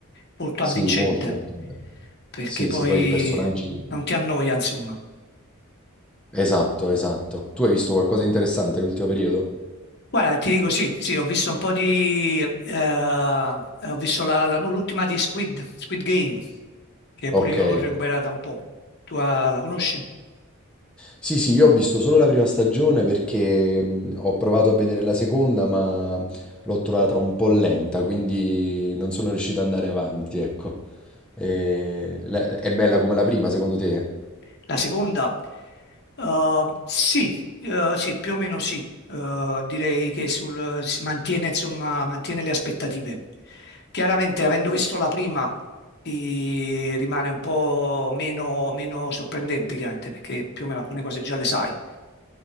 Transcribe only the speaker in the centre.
Sì,
molto molto bello.
Sì,
sì, poi i personaggi...
Esatto, esatto. Tu hai visto qualcosa di interessante nell'ultimo periodo?
Ok.
Sì, sì, io ho visto solo la prima stagione perché mh, ho provato a vedere la seconda, ma l'ho trovata un po' lenta, quindi non sono riuscito ad andare avanti, ecco. E le- È bella come la prima, secondo te?